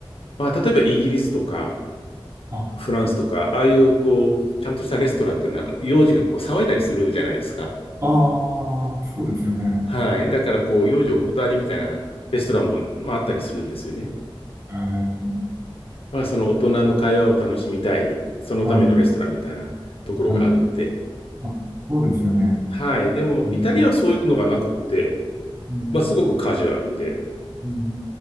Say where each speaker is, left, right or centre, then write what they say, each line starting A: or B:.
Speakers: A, on the left; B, on the right.
A: まあ、例えばイギリスとか、
B: あ、
A: フランスとか、ああいう、こう、ちゃんとしたレストランっていうのは、なんか、幼児がこう、騒いだりするじゃないですか。
B: ああ、そうですよね。
A: はい。だから、こう、幼児お断りみたいなレストランも、まあ、あったりするんですよね。
B: えー
A: まあ、その大人の会話を楽しみたい、そのためのレストランみたいなところがあるので、
B: はい、はい。あそうですよね。
A: はい。でも、
B: うん
A: イタリアはそういうのがなくって、
B: うん
A: まあ、すごくカジュアルで、
B: うん